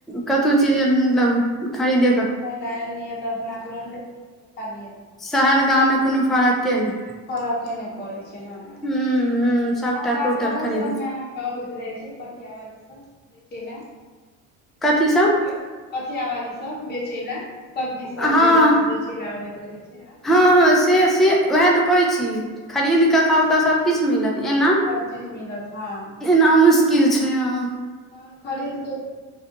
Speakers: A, in the centre; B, on the left (about 30°).
A: कतहु चीज मतलब खरीदेके
B: लए एलियै तऽ अपना तुरन्ते कीन क खा लियै
A: शहर गाममे कोनो फरके नै
B: फरके नै पड़ै छै हँ
A: ह सबटा
B: एना तऽ आब
A: टोटल
B: गाँवो
A: खरीदे
B: सबमे अबैत रहै छै पथिया वाली सब बेचै ला
A: कथी
B: भरि दिन
A: सब
B: मे से पथिया वाली सब बेचै ला सब्जी सब
A: हँ
B: जे ल के बेचै ला आबैत रहै छै आ
A: हँ हँ से से उएह तऽ कहैत छी खरीद
B: हँ
A: क खाउ तऽ सबकिछ मिलत एना
B: सब चीज मिलत हँ
A: एना मुश्किल छै हं
B: तहन खरीदके